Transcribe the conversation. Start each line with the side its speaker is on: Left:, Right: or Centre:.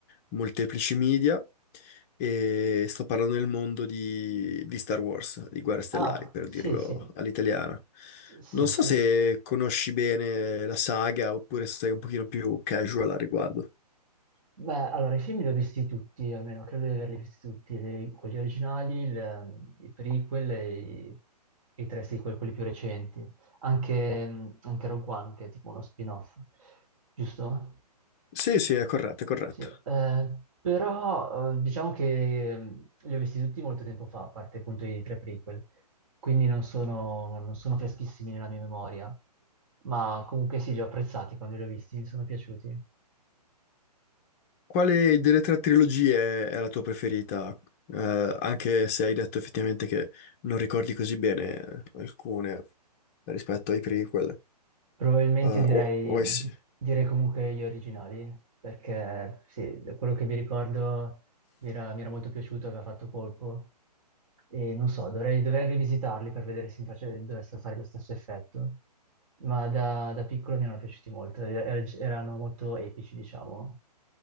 Left: molteplici media, e sto parlando del mondo di, di Star Wars, di Guerre Stellari,
Right: Ah,
Left: per
Right: sì,
Left: dirlo
Right: sì,
Left: all'italiana.
Right: sì,
Left: Non so
Right: sì.
Left: se conosci bene la saga oppure se sei un pochino più casual al riguardo.
Right: Beh, allora, i film li ho visti tutti, almeno credo di averli visti tutti, le- quelli originali, il- i prequel e i, e i tre sequel, quelli più recenti. Anche, anche Rogue One, che è tipo uno spin-off, giusto?
Left: Sì, sì, è corretto, è corretto.
Right: Sì, eh, però eh, diciamo che mh, li ho visti tutti molto tempo fa, a parte appunto i tre prequel, quindi non sono, non sono freschissimi nella mia memoria, ma comunque sì, li ho apprezzati quando li ho visti, mi sono piaciuti.
Left: Quale delle tre trilogie è la tua preferita? Eh, anche se hai detto effettivamente che non ricordi così bene eh, alcune rispetto ai prequel,
Right: Probabilmente
Left: eh,
Right: direi,
Left: o, o ai, s-
Right: di- direi comunque gli originali, perché sì, da quello che mi ricordo mi era, mi era molto piaciuto, aveva fatto colpo. E non so, dovrei, dovrei rivisitarli per vedere se mi face- dovessero fare lo stesso effetto. Ma da, da piccolo mi erano piaciuti molto, er- er, erano molto epici, diciamo.